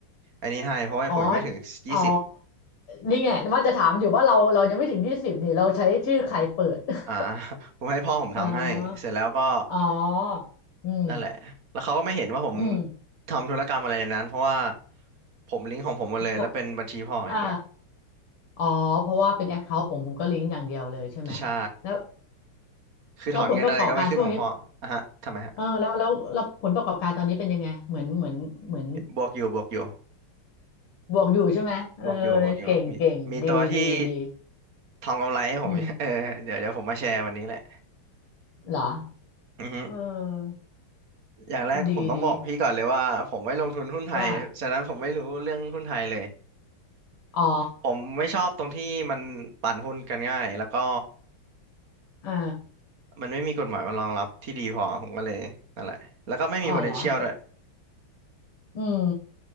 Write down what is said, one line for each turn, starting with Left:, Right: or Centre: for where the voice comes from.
Right: อันนี้ให้เพราะว่าผมยังไม่ถึงยี่สิบ
Left: อ๋ออ๋อนี่ไงว่าจะถามอยู่ว่าเราเรายังไม่ถึงยี่สิบนี่เราใช้ชื่อใครเปิด <laughs>
Right: อ่า <laughs> ผมให้พ่อผมทำให้เสร็จแล้วก็
Left: อ๋ออ๋ออืม
Right: นั่นแหละแล้วเขาก็ไม่เห็นว่าผม
Left: อืม
Right: ทำธุรกรรมอะไรในนั้นเพราะว่าผมลิงก์ของผมหมดเลยแล้วเป็นบัญชีพ่ออย่างเดียว
Left: เพราะอ่าอ๋อเพราะว่าเป็นแอคเคาท์ผมผมก็ลิงก์อย่างเดียวเลยใช่ไหม
Right: ใช่
Left: แล้ว
Right: คือถอนเงินอะไรก็ไม่ขึ้นของพ่ออ่ะฮะทำไมฮะ
Left: แล้วผลประกอบการช่วงนี้เออแล้วแล้วแล้วผลประกอบการตอนนี้เป็นยังไงเหมือนเหมือนเหมือน
Right: บวกอยู่บวกอยู่
Left: บวกอยู่ใช่ไหมเออ
Right: บวกอยู่บวกอยู่มีมีตัวที่
Left: เก่งเก่งดีดีดี
Right: ทำกำไรให้ผม
Left: อืม
Right: <laughs> เออเดี๋ยวเดี๋ยวผมมาแชร์วันนี้แหละ
Left: เหรอ
Right: อือฮึ
Left: เออ
Right: อย่างแรกผมต้องบอกพี่ก่อนเลยว่าผมไม่ลงทุนหุ้นไทยฉะนั้นผมไม่รู้เรื่องหุ้นไทยเลย
Left: ดีดี ว่า อ๋อ
Right: ผมไม่ชอบตรงที่มันปั่นหุ้นกันง่ายแล้วก็
Left: อ่า
Right: มันไม่มีกฎหมายมารองรับที่ดีพอผมก็เลยนั่นแหละแล้วก็ไม่มี
Left: อ๋อเหรอแต่
Right: potential ด้วย
Left: อืม